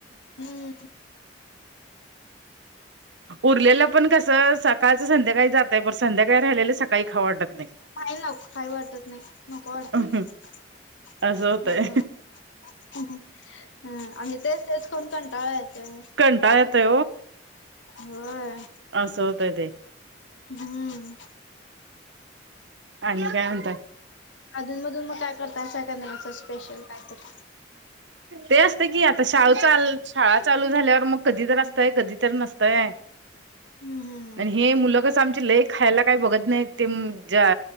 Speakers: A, on the left (about 85°); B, on the right (about 70°).
A: हम्म
B: उरलेला पण कस, सकाळच संध्याकाळी जातय पण, संध्याकाळी राहिलेलं सकाळी खावं वाटत नाही
A: काही वाटत नाही नको वाटत
B: नाही
A: न्हाई नको
B: असं होतय
A: वाटतंय. हम, आणि तेच तेच खाऊन कंटाळाय येतोय.
B: कंटाळा येतोय
A: होय
B: अस होतंय ते
A: हम्म
B: आणि काय म्हणत
A: अधून मधून मग काय करताय कर नाही याच स्पेशल काय तर
B: ते असते की आता शाळा चालू शाळा चालू झाल्यावर मग कधी तर असतय कधी तर नसतय
A: हम्म हम्म
B: आणि
A: हम्म
B: हे मुलगच आमची लय खायला काही बघत नाही ते ज्या